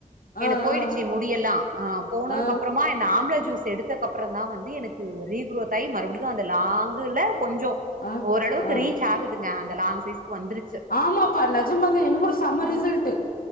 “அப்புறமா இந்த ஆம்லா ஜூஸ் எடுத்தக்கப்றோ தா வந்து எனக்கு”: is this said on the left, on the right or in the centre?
Right